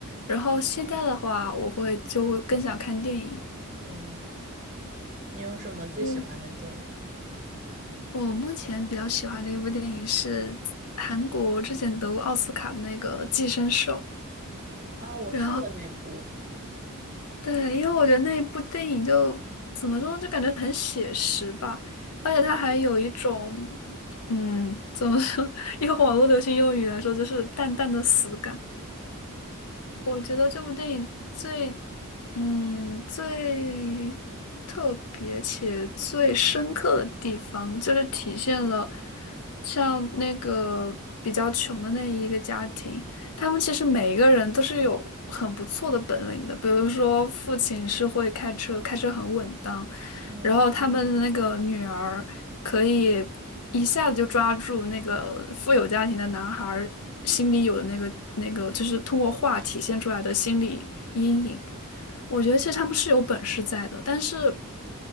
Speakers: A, on the left (about 80°); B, on the right (about 35°).
A: 然后现在的话，我会就会更想看电影。
B: 嗯，你有什么最喜欢的电影
A: 嗯，我目前比较喜欢的一部电影是韩国之前得过奥斯卡的那个《寄生兽》。
B: 啊？我看过那部，
A: 然后。对，因为我觉得那一部电影就怎么说呢，就感觉很写实吧，而且它还有一种，嗯，怎么说，<laughs> 用网络流行用语来说，就是淡淡的死感。我觉得这部电影最，嗯，最特别且最深刻的地方，就是体现了像那个比较穷的那一个家庭，他们其实每一个人都是有很不错的本领的。比如说，父亲是会开车，开车很稳当，
B: 嗯
A: 然后他们的那个女儿。可以一下子就抓住那个富有家庭的男孩儿心里有的那个那个，就是通过画体现出来的心理阴影。我觉得其实他们是有本事在的，但是